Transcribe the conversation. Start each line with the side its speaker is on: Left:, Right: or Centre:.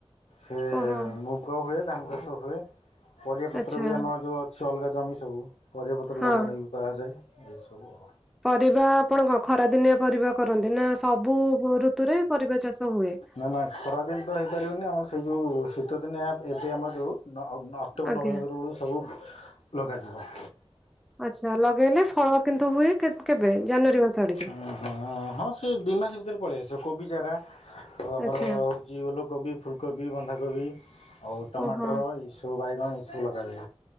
Left: ସେ
Centre: ଓହୋ
Left: ମୁଗ ହୁଏ ଧାନ ଚାଷ ହୁଏ ପରିବା ପତ୍ର
Centre: ଆଚ୍ଛା
Left: ବି ଆମର ଯୋଉ ଅ ଜଉ ଅଲଗା ଜମି ସବୁ ପରିବାପତ୍ର
Centre: ହଁ
Left: ଲଗା ଲାଗି କରାଯାଏ ଏ ସବୁ ଆଉ।
Centre: ପରିବା ଆପଣ କଣ ଖରା ଦିନିଆ ପରିବା କରନ୍ତି ନା ସବୁ ଋତୁରେ ପରିବା ଚାଷ ହୁଏ
Left: ନା ନା ଖରା ଦିନ ତ ହେଇପାରିବନି ଆମର ସେଇ ଯଉଁ ତ ଶୀତଦିନିଆ ଏବେ ଆମର ଯଉଁ ଅ ଅ ଅକ୍ଟୋବର
Centre: ଆଜ୍ଞା
Left: ନଭେମ୍ବର ବୋଳୁ ସବୁ ଲଗାଯିବ।
Centre: ଆଛା ଲଗେଇଲେ ଫଳ କିନ୍ତୁ ହୁଏ କେତ କେ ଜାନୁଆରୀ ମାସ ଆଡିକି?
Left: ଅହଁ ହଁ ସେ ଦି ମାସ ଭିତରେ ପଳେଇ ଆସି କୋବି ଚାରା ଆଉ ଆମର
Centre: ଆଚ୍ଛା
Left: ହଉଚି ଓଲକୋବି ଫୁଲକୋବି ବନ୍ଧାକୋବି ଆଉ ଟମାଟର
Centre: ଓହୋ
Left: ଏସବୁ ବାଇଗଣ ଏସବୁ ଲଗାଯ